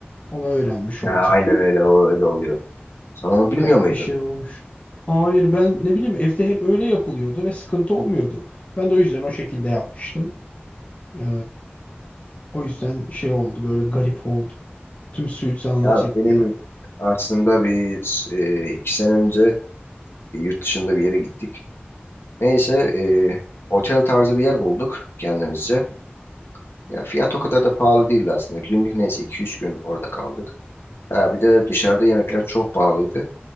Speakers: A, on the left (about 35°); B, on the left (about 75°).
A: Onu öğrenmiş
B: Ya
A: oldum.
B: aynen öyle o öyle oluyor. Sen
A: <laughs>
B: onu bilmiyor
A: Garip
B: muydun?
A: bir şey olmuş. Hayır ben ne bileyim evde hep öyle yapılıyordu ve sıkıntı olmuyordu. Ben de o yüzden o şekilde yapmıştım. Ee, o yüzden şey oldu böyle garip oldu. Tüm suyu canına
B: Ya
A: çekti.
B: benim aslında bir e, iki sene önce bir yurt dışında bir yere gittik. Neyse e, otel tarzı bir yer bulduk kendimizce. Ya fiyat o kadar da pahalı değildi aslında. Günlük neyse iki üç gün orada kaldık. Ha, bir de dışarıda yemekler çok pahalıydı.